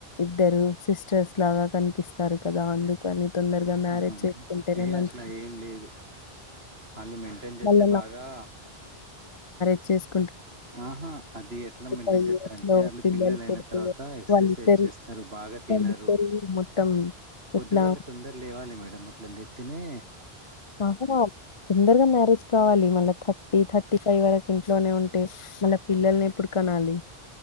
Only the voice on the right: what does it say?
ఆ ఆ
ఆ ఆ ఏ
హాస్టల్ అది ఏం లేదు వాళ్ళు మెయింటైన్ చెస్తే
బాగా
ఆహా అది ఎట్లా మెయింటైన్
చేస్తారంటే,
ఆళ్ళు పిల్లలు అయిన
తర్వాత ఎక్సాసైజ్
చేస్తారు. బాగా తిం
విన్నరు
పొద్దుగల
తొందర్ లేవాలి మేడం అట్లా లేతేనే